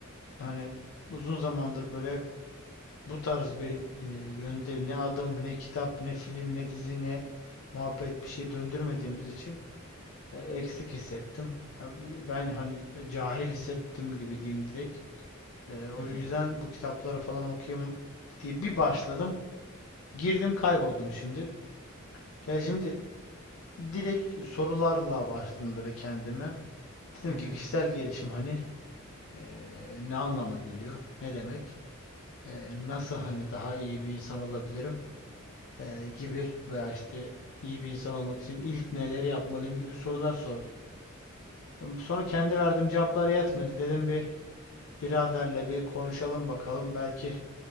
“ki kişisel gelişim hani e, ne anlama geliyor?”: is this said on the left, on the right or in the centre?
Left